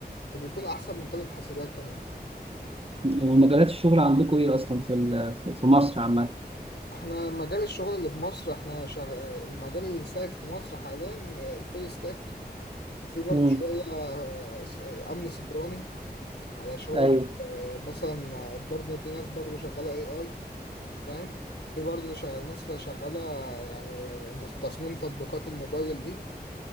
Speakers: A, on the left; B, on the right.
A: وبيكون أحسن من طالب حاسبات كمان
B: ومجالات الشغل عندكم إيه أصلا في ال- في مصر عامة؟
A: احنا مجال الشغل اللي في مصر احنا شغ... المجال اللي سائد في مصر حاليا آه، الفول ستاك وفي برضو
B: مم.
A: شوية آه، س- آه، أمن سيبراني على شوية
B: أيوه
A: آه، مثلا آه، برضو في ناس برضو شغالة اي اي فاهم في برضو شغال ناس شغالة يعني تصميم تطبيقات الموبايل دي